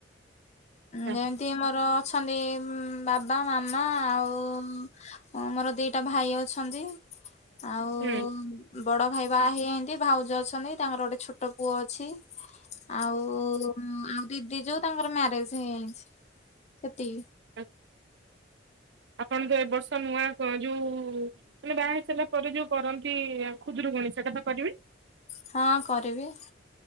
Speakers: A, on the right (about 70°); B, on the left (about 40°).
A: ଆଚ୍ଛା
B: ଯେମିତି ମୋର ଅଛନ୍ତି ଉଁ ବାବା, ମାମା ଆଉ ମୋର ଦିଟା ଭାଇ ଅଛନ୍ତି ଆଉ
A: ହୁଁ
B: ବଡ ଭାଇ ବାଆ ହେଇ ଏନ୍ତି ଭାଉଜ ଅଛନ୍ତି ତାଙ୍କର ଗୋଟେ ଛୋଟ ପୁଅ ଅଛି। ଆଉ ଆଉ ଦିଦି ଯୋଉ ତାଙ୍କର ମ୍ୟାରେଜ ହେଇଯାଇଛି ସେତିକି।
A: ଆ ଆପଣ ତ ଏ ବର୍ଷ ନୂଆ କ ଯୋଉ ବାହା ହେଇସାରିଲା ପରେ ଯୋଉ କରନ୍ତି ଖୁଦରୁକୁୁଣୀ ସେଟା ତ କରିବି?
B: ହଁ କରିବେ।